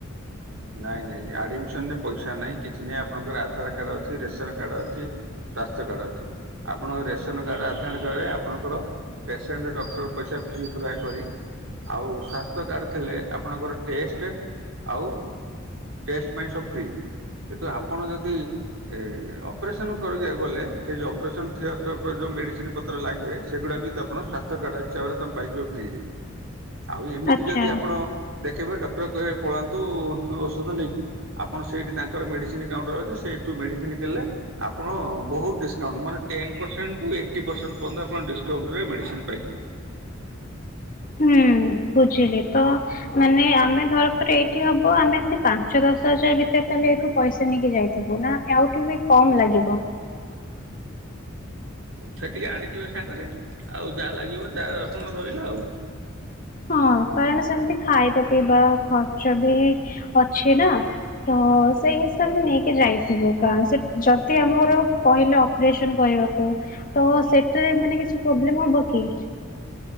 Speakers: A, on the right; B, on the left.
A: ନାଇଁ ନାଇଁ ଆଡମିସନରେ ପଇସା ନାଇଁ କିଛି ନାହିଁ। ଆପଣଙ୍କର ଆଧାର କାର୍ଡ ଅଛି ରେସନ କାର୍ଡ ଅଛି। ସ୍ଵାସ୍ଥ୍ୟ କାର୍ଡ ଅଛି। ଆପଣଙ୍କ ରେସନ କାର୍ଡ ଆଧାର କାର୍ଡ ରେ ଆପଣଙ୍କର ପେସେଣ୍ଟ ଡକ୍ଟର ପଇସା ଫ୍ରି ପୁରା କରି ଆଉ ସ୍ବସ୍ଥ୍ୟ କାର୍ଡ଼ ଥିଲେ, ଆପଣଙ୍କର ଟେଷ୍ଟ ଆଉ ଟେଷ୍ଟ୍ ପାଇଁ ସବୁ ଫ୍ରି କିନ୍ତୁ ଆପଣ ଯଦି ଏ ଅପରେସନ କରିଗାକୁ ଗଲେ ସେ ଯୋଉ ଅପରେସନ ର ଯୋଉ ମେଡିସିନ ପ ତର ଲାଗେ ସେଗୁଡା ବି ତ ଆପଣ ସ୍ବସ୍ଥ୍ୟ କାର୍ଡ ହିସାବରେ ତମେ ପାଇଯିବ ଫ୍ରି ରେ। ଆଉ ଏମିତି
B: ଆଚ୍ଛା।
A: ଯଦି ଆପଣ ଦେଖେଇବେ, ଡକ୍ଟର କହିବେ ପଳାନ୍ତୁ ଔଷଧ ନେଇକି। ଆପଣ ସେଇଠି ତାଙ୍କର ମେଡିସିନ କାଉଣ୍ଟର ଅଛି ସେଇଠୁ ମେଡିସିନ କିଣିଲେ ଆପଣ ବହୁତ ଡିସ୍କାଉଣ୍ଟ ମାନେ ten percent to eighty percent ପର୍ୟ୍ଯନ୍ତ ଡିସ୍କାଉଣ୍ଟ ରେ ମେଡିସିନ୍ ପାଇିଯିବେ।
B: ହୁଁ ବୁଝିଲି ତ ମାନେ ଆମେ ଧରକର ଏଇଠି ହବ ଆମେ ସେ ପାଞ୍ଚ ଦଶ ହଜାର ଭିତରେ ତାହେଲେ ଏଇଠୁ ପଇସା ନେଇକି ଯାଇଥିବୁ ନା। ଆଉ କି ବି କମ ଲାଗିବ।
A: ସେଠିକେ ଆଣିଥିବେ ସାଙ୍ଗରେ ଆଉ ଯାହା ଲାଗିବ ଯାହା ଆପଣ ରହିଲା ଆଉ।
B: ହଁ କାରଣ ସେମିତି ଖାଇବା ପିଇବା ଖର୍ଚ୍ଚ ବି ଅଛି ନା। ତ ସେଇ ହିସାବରେ ନେଇକି ଯାଇଥିବୁ କାରଣ ସେ ଯଦି ଆମର କହିଲ ସ କରିବାକୁ ତ ସେଟାରେ ମାନ କିଛି ପ୍ରୋବ୍ଲେମ ହବ କି?